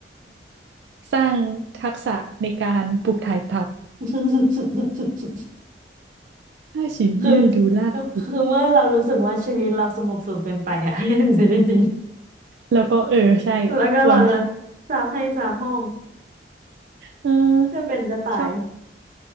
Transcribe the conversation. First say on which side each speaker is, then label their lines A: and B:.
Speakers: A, on the right; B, on the right.
A: สร้างทักษะในการปลูกถ่ายทัพ
B: <laughs>
A: ไอ้ฉีดูล่าสุด
B: คือคือเมื่อเรารู้สึกว่าชีวิตเราสงบสุขเกินไปอะ <laughs> ให้ดูซีรีส์จีน
A: แล้วก็เออใช่ควรค่ะ
B: แล้วก็เราจะสาปให้สาปห้อง
A: เออ
B: จะเป็นจะตาย
A: ชอบ